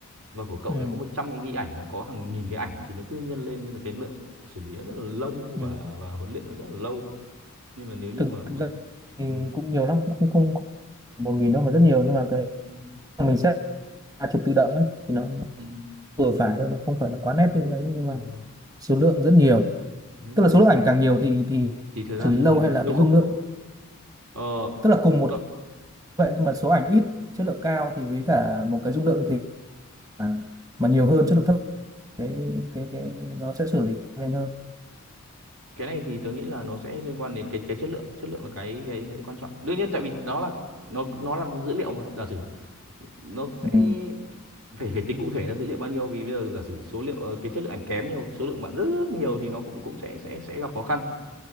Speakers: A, on the right; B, on the right.
A: và của cậu
B: ừ
A: đã có 100 cái ghi ảnh là có hàng nghìn cái ảnh thì nó cứ nhân lên nên là cái lượng xử lý nó rất là lâu
B: ừ
A: và và huấn luyện nó rất là lâu nên là nếu như
B: thực
A: mà
B: thực
A: mà
B: ra thì
A: ừ.
B: cũng nhiều lắm cũng không không phải một nghìn đâu mà rất nhiều nhưng mà cái
A: Ừ.
B: mình sẽ là chụp tự động ấy thì nó, nó
A: Ừ.
B: vừa phải thôi nó không phải là quá nét
A: Nếu,
B: như đấy nhưng
A: ừ.
B: mà số lượng rất nhiều
A: nếu
B: tức
A: mà
B: là
A: thế
B: số lượng
A: thì
B: ảnh càng nhiều thì thì
A: thì thời gian
B: xử lý lâu
A: huấn luyện
B: hay là
A: nếu
B: cái
A: không
B: dung lượng
A: ờ,
B: tức là cùng
A: nó,
B: một cái vậy nhưng mà số ảnh ít chất lượng cao thì với cả một cái dung lượng thì mà, mà nhiều hơn chất lượng thấp cái cái cái nó sẽ xử lý nhanh hơn
A: cái này thì tớ nghĩ là nó sẽ liên quan đến cái cái chất lượng chất lượng là cái cái, cái quan trọng đương nhiên tại vì nó là nó nó là dữ liệu mà giả sử nó sẽ
B: ừ.
A: phải phải tính cụ thể là dữ liệu bao nhiêu vì bây giờ giả sử số liệu ờ, cái chất lượng ảnh kém nhiều số lượng bạn rất, rất nhiều thì nó cũng cũng sẽ sẽ sẽ gặp khó khăn